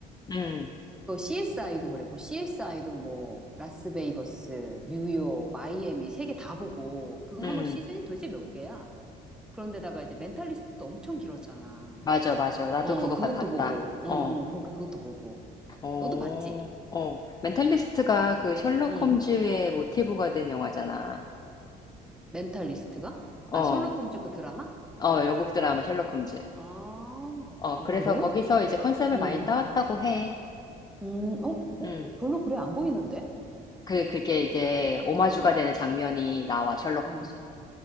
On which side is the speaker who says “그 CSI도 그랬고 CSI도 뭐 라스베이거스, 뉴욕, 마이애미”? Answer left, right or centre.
Centre